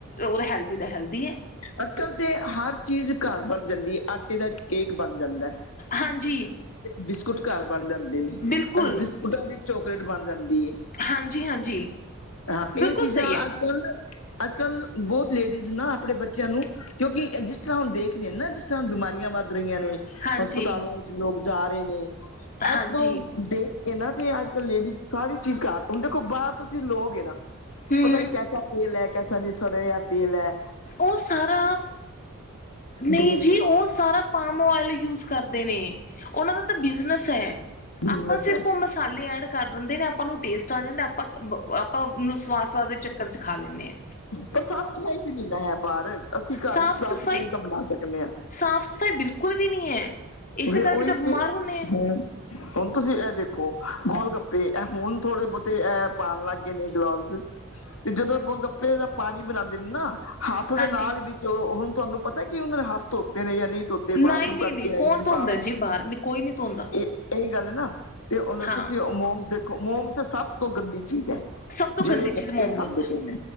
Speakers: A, on the left; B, on the left.
A: ਓਦਾ ਹੈਲਦੀ ਦਾ ਹੈਲਦੀ ਐ।
B: ਅੱਜ-ਕਲ ਤੇ ਹਾਰ ਚੀਜ ਘਾਰ ਬਣ ਜਾਂਦੀ ਏ, ਆਟੇ ਦਾ ਕੇਕ ਬਨ ਜਾਂਦੈ।
A: ਹਾਂਜੀ।
B: ਬਿਸਕੁਟ ਘਾਰ ਬਾਣ ਜਾਂਦੇ ਨੇ,
A: ਬਿਲਕੁਲ
B: ਅਰ ਬਿਸਕੁਟਾਂ ਦੀ ਚੋਕਲੇਟ ਬਾਣ ਜਾਂਦੀ ਏ।
A: ਹਾਂਜੀ ਹਾਂਜੀ
B: ਹਾਂ,
A: ਬਿਲਕੁਲ
B: ਏ ਚੀਜਾ
A: ਸਹੀ ਹੈ
B: ਅੱਜ-ਕੱਲ ਨਾ ਅੱਜ-ਕਲ ਬੋਤ ਲੇੜੀਜ਼ ਨਾ ਆਪਣੇ ਬ ਚੇਆਂ ਨੂੰ ਕੇਓਂਕਿ ਏ ਜਿਸ ਤਰਾਂ ਹੋਨ ਦੇਖਰੇ ਨ ਨਾ ਜਿਸ ਤਰਾਂ ਬਿਮਾਰੀਆਂ ਵੱਦ ਰਈਆਂ ਨੇ
A: ਹਾਂਜੀ
B: ਹਸਪਤਾਲੋਂ ਲੋਕ ਜਾ ਰੇ ਨੇ, ਐਸ
A: ਹਾਂਜੀ
B: ਤੋਂ ਦੇਖ ਏਨਾਂ ਤੇ ਅੱਜ-ਕੱਲ ਲੇੜੀਜ਼ ਸਾਰੀ ਚੀਜ ਘਾਰ ਹੋਨ ਦੇਖੋ ਬਾਰ ਤੁਸੀਂ ਲੋਗੇ ਨਾ
A: ਹਮ
B: ਪਤਾ ਨੀ ਕੈਸਾ ਤੇਲ ਐ, ਕੈਸਾ ਨੀ ਸੜੇਆ ਏ ਤੇਲ ਐ।
A: ਓ ਸਾਰਾ, ਨਈ
B: ਦੇਣਗੇ
A: ਜੀ ਓ ਸਾਰਾ ਪਾਮ ਓਏਲ ਯੂਜ਼ ਕਰਦੇ ਨੇ, ਓਨਾਂ ਦਾ ਤਾਂ ਬਿਜ਼ਨਸ ਐ
B: ਬਿਜਨਸ
A: ਆਪਾਂ ਸਿਰਫ
B: ਹੈ
A: ਮ ਸਾਲੇ ਐੜ ਕਾਰ ਦੰਦੇ ਨੇ ਆਪਾਂ ਨੂੰ ਟੇਸਟ ਆ ਜਾਂਦੈ ਆਪਾਂ-ਕ ਬ ਅ ਆਪਾਂ ਓਨੂੰ ਸਵਾਦ-ਸਵਾਦ ਦੇ ਚੱਕਰ ਚ ਖਾ ਲੈਂਨੇ ਆਂ
B: ਪਰ ਸਾਫ-ਸਫਾਈ ਤੇ ਨੀ ਨਾ ਹੈ ਬਾਰ ਅਸੀਂ ਘਾਰ
A: ਸਾਫ਼
B: ਈਚ ਸਾਫ-ਸਫਾਈ
A: ਸਫ਼ਾਈ
B: ਤਾਂ ਬਣਾ ਸਕਨੇ ਆਂ।
A: ਸਾਫ਼ ਸਫ਼ਾਈ ਬਿਲਕੁਲ ਵੀ ਨਹੀਂ ਹੈ ਇਸੇ
B: ਫੇਰ
A: ਕਰਕੇ
B: ਓਈ
A: ਤਾਂ ਬਿਮਾਰ
B: ਤੇ,
A: ਹੁੰਦੇ ਆ
B: ਹੂੰ। ਹੋਨ ਤੁਸੀਂ ਐ ਦੇਖੋ, ਗੋਲ-ਗੱਪੇ ਐ ਹੋਨ ਥੋੜੇ-ਬੋਤੇ ਐ ਪਾਨ ਲੱਗ ਗੇ ਨੇ ਗਲਵਜ਼। ਤੇ ਜਦੋਂ ਏ ਗੋਲ-ਗੱਪੇ ਦਾ ਪਾਨੀ ਬਨਾਂਦੇ ਨ ਨਾ, ਹਾੱਥ ਦੇ
A: ਹਾਂਜੀ
B: ਨਾਲ ਵਿੱਚ ਓ ਹੁਨ ਤੂਆਨੂੰ ਪਤਾ ਕਿ ਓਨਾਂ ਨੇ ਹਾੱਥ ਧੋਤੇ ਨੇ ਯਾ ਨਈ। ਧੋਤੇ
A: ਨਹੀਂ
B: ਬਾਥਰੂਮ
A: ਨਹੀਂ
B: ਕਰਕੇ
A: ਨਹੀਂ ਕੌਣ
B: ਆਏ ਨੇ
A: ਧੋਂਦਾ
B: ਸਾਫ,
A: ਜੀ ਬਾਹਰ ਕੋਈ ਨੀ ਧੋਂਦਾ
B: ਏ ਏ ਗੱਲ ਨਾ, ਤੇ ਹੋਨ
A: ਹਾਂ
B: ਤੁਸੀਂ ਓ ਮੋਮਸ ਦੇਖੋ ਮੋਮਸ ਤੋ ਸਬ ਤੋਂ ਗੰਦੀ ਚੀਜ ਐ।
A: ਸਭ ਤੋਂ ਗੰਦੀ
B: ਜੇੜੇ ਬੱਚੇ
A: ਚੀਜ਼ ਮੋਮੋਸ
B: ਖਾਂਦੇ
A: ਹੈ
B: ਪੇਨੇ।